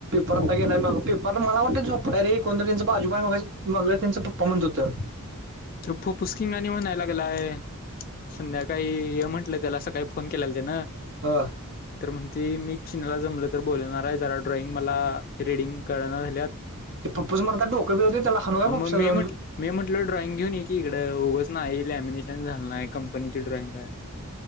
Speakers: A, on the right; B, on the left.
A: परत नाही मग पेपर मला वाटते झोपलाय रे कोणतं त्यांचं आजूबा मग त्यांच पप्पा म्हणत होतं.
B: तप्फू पुस्किंग आणि म्हणणायलागेलाय <unintelligible> संध्याकाळी हे म्हंटलं त्याला अस काही फोन केलेला तेन.
A: हा.
B: तर म्हणती मी चिनाला जमलं तर बोलणार आहे जरा ड्रॉइंग मला रीडिंग कलना झाल्यात.
A: ते फुफ्फुस मर्दा डोकं हलवतंय त्याला हलवा
B: हा
A: फुफसाला
B: मग मी
A: जाऊन.
B: म्हट मी म्हटलं ड्रॉइंग घेऊन ये की इकडं उगंच नाही लॅमिनेशन झाल नाही कंपनीची ड्रॉइंग आहे.